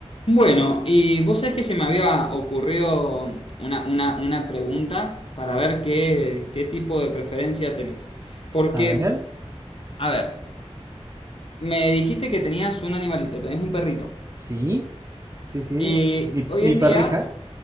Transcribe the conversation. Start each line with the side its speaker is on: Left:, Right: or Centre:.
Left: Bueno, y vos sabés que se me había ocurrido una, una- una pregunta para ver qué, qué tipo de preferencia tenés. Porque,
Right: A ver,
Left: a ver, me dijiste que tenías un animalito, tenés un perrito.
Right: sí, sí, sí,
Left: Y
Right: mi, mi-
Left: hoy
Right: mi
Left: en
Right: perrija.
Left: día